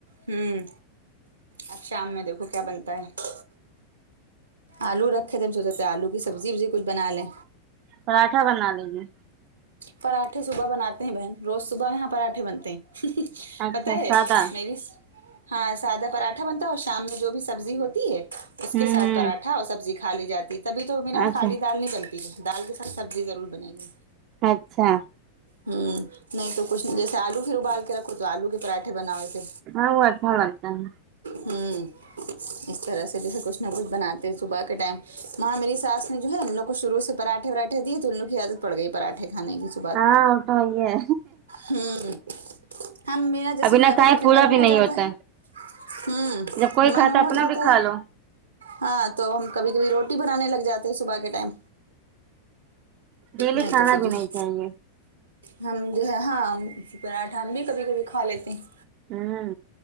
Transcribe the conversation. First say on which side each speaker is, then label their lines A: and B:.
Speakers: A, on the right; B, on the right.
A: ہوں اب شام میں دیکھو کیا بنتا ہے آلو رکھے تھے ہم سوچے آلو کی سبزی وبزی کچھ بنا لیں
B: پراٹھا بنا لیجئے
A: پراھٹے صبح بنا تی بہن روز صبح یہاں پراٹھے بنتے ہیں
B: اچھا
A: پتہ ہے
B: سادہ
A: میری ہاں سادہ پراٹھا بنتا ہے اور شام میں جو بھی سبزی ہوتی ہے اس
B: ہوں
A: کے ساتھ
B: ہوں
A: پراٹھا اور سبزی کھا لی جاتی تبھی توا وہاں
B: اچھا
A: خالی دال نہیں بنتی بنتی دال کے ساتھ سبزی ضرور بنے گی
B: اچھا
A: ہوں نہیں تو کچھ نہیں جیسے آلو پھر ابال کے رکھو تو آلو کے پراٹے کھے بناو پھر
B: ہاں وہ اچھا لگتا ہے
A: ہوں اس طرح سے جیسے کچھ نہ کچھ بناتے صبح کے ٹائم وہاں میری ساس نے جو ہے ن ان لوگ کو شروع سے پراھے واٹے دیے تو اننوں کی عادت پڑ گئی پراٹھے کھانے کی تو
B: ہاں وہ سمجھ گئے
A: ہوں ہم میرا جیسے
B: ابھی نہ
A: کھاتے
B: کھائے
A: کھاتے
B: پورا
A: من وہ
B: بھی
A: ہو
B: نہیں
A: جاتا
B: ہوتا
A: ہے ہم
B: جب کوئی
A: منو
B: کھاتا اپنا
A: ہو جاتا
B: بھی کھا
A: ہے
B: لو
A: ہاں تو ہم کبھی کبھی روٹی بنانے لگ جاتے ہیں صبح کے ٹائم
B: ڈیلی
A: نہیں
B: کھانا
A: تو پھر
B: بھی
A: جو ہے
B: نہیں چاہیے
A: ہم جو ہے ہاں پراٹھا ہم بھی کبھی کبھی کھا لیتے ہیں
B: ہوں